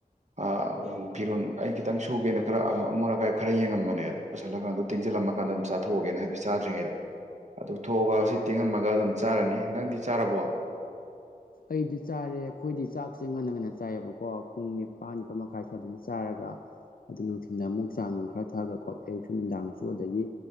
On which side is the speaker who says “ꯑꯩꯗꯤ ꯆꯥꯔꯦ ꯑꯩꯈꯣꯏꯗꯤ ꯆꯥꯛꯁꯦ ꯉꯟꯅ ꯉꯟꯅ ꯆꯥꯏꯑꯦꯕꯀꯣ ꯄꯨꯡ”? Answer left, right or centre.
Left